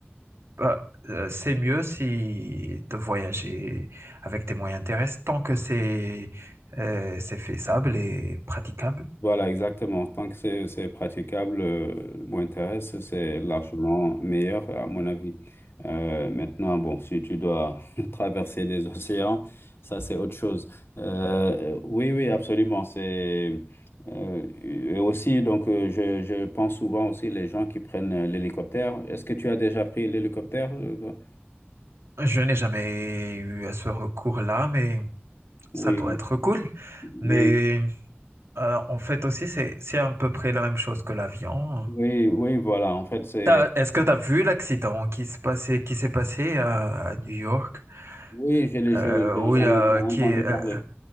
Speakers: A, on the right; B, on the left.
A: bah, euh, c'est mieux si de voyager avec des moyens terrestres tant que c'est, euh, c'est faisable et praticable.
B: Voilà, exactement. Tant que c'est c'est praticable, euh, Winterest, c'est largement meilleur, à mon avis. Euh, maintenant, bon, si tu dois <laughs> traverser des océans, ça, c'est autre chose. Euh, oui, oui, absolument. C'est, euh, et aussi, donc, euh, je, je pense souvent aussi les gens qui prennent euh, l'hélicoptère. Est-ce que tu as déjà pris l'hélicoptère? euh, toi
A: Je n'ai jamais eu à ce recours-là, mais ça
B: Oui,
A: doit être cool. Mais
B: oui,
A: Euh, en fait aussi, c'est, c'est à peu près la même chose que l'avion.
B: oui, oui, voilà. En fait, c'est...
A: T'as- Est-ce que tu as vu l'accident qui se passait, qui s'est passé à, à New York,
B: Oui, je l'ai-
A: euh,
B: j'ai- j'ai-
A: où
B: j'en
A: il y a
B: ai entendu
A: qui, euh,
B: parler.